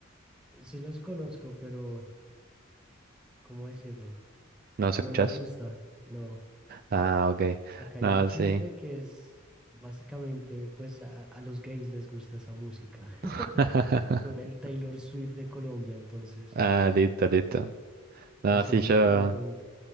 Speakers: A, in the centre; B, on the right.
A: sí los conozco, pero ¿cómo decirlo?
B: ¿No los
A: No
B: escuchás?
A: me gusta, no.
B: Ah, ok.
A: Acá hay
B: No,
A: un chiste
B: sí.
A: que es básicamente, pues a, a los gays les gusta esa música. <laughs>
B: <laughs>
A: Son el Taylor Swift de Colombia, entonces,
B: Ah, listo, listo. No,
A: pues
B: sí,
A: si uno
B: yo
A: le pregunta,
B: lo
A: a un-